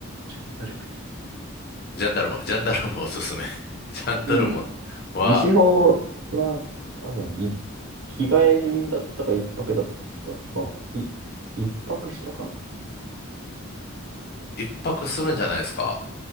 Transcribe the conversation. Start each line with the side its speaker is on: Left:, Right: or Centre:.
Right: ちょっと誰か。
Left: う。ジャンダルム、ジャンダルムおすすめ。<laughs> ジャンダルム
Right: うん。
Left: は
Right: 西方は多分い、日帰りだったか一泊だったか、い、一泊したかな。
Left: 一泊するんじゃないですか。